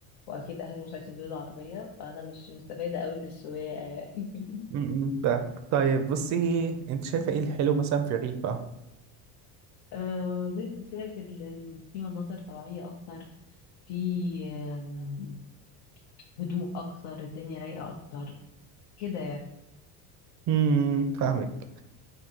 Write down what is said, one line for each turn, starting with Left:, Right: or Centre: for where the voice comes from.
Left: واكيد اهلي مش هيسيبوا لي العربيه فانا مش مستفاده قوي بالسواقه يعني
Right: م- م، فاهمك طيب بصي انت شايفة ايه الحلو مثلا في الريف بقى
Left: <laughs> آه زي ما قلت لك ال- ال- في مناظر طبيعيه اكتر في آم، هدوء اكتر الدنيا رايقه اكتر كده
Right: امم فاهمك